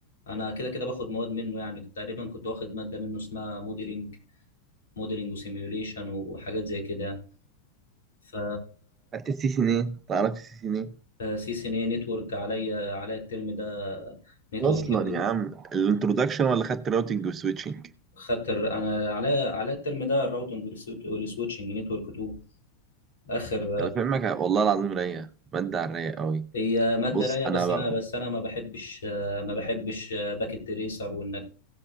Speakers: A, on the left (about 65°); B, on the right (about 25°).
A: انا كده كده باخد مواد منه يعني تقريبا كنت واخد ماده منه اسمها موديلنج موديلنج وسيميوليشن وحاجات زي كده يعني ف
B: خدت السي سي ان ايه تعرف السي سي ان ايه
A: سي سي ان اي نتورك عليا عليا الترم ده نتورك
B: اصلا
A: 2
B: يا عم الانترودكشن ولا خدت راوتنج وسويتشنج
A: خدت الر- انا عليا عليا الترم ده الراوتنج والسويتشنج نتورك 2 اخر
B: انا فاهمك والله العظيم رايقه ماده على الرايق قوي
A: هي ماده
B: بص
A: رايقه
B: انا
A: بس
B: بقى
A: انا بس انا ما بحبش ما بحبش باكيت تريسر وانك